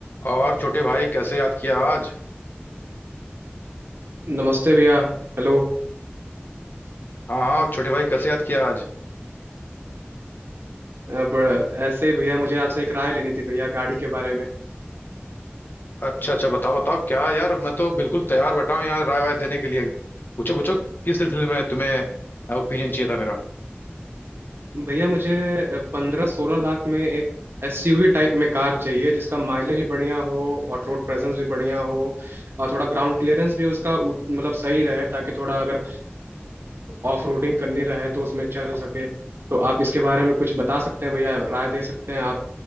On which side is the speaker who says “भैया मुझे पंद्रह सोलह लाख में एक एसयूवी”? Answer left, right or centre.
Right